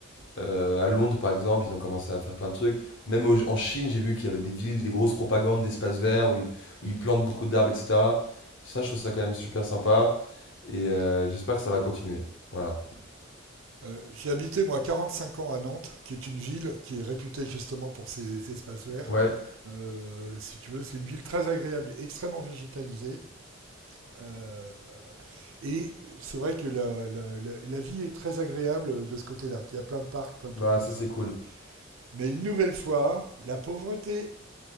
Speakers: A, on the left; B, on the right.
A: Euh, à Londres, par exemple, ils ont commencé à faire plein de trucs. Même au- en Chine, j'ai vu qu'il y avait des villes, des grosses propagandes d'espaces verts où ils, où ils plantent beaucoup d'arbres, etc. Ça, je trouve ça quand même super sympa. Et euh, j'espère que ça va continuer. Voilà.
B: Euh, j'ai habité moi 45 ans à Nantes, qui est une ville qui est réputée justement pour ses espaces verts.
A: Ouais,
B: Euh, si tu veux, c'est une ville très agréable, extrêmement végétalisée. Euh, et c'est vrai que la, la- la- la vie est très agréable de ce côté-là. Il y a plein de parcs, plein de
A: bah,
B: trucs comme
A: ça,
B: ça.
A: c'est cool.
B: Mais une nouvelle fois, la pauvreté.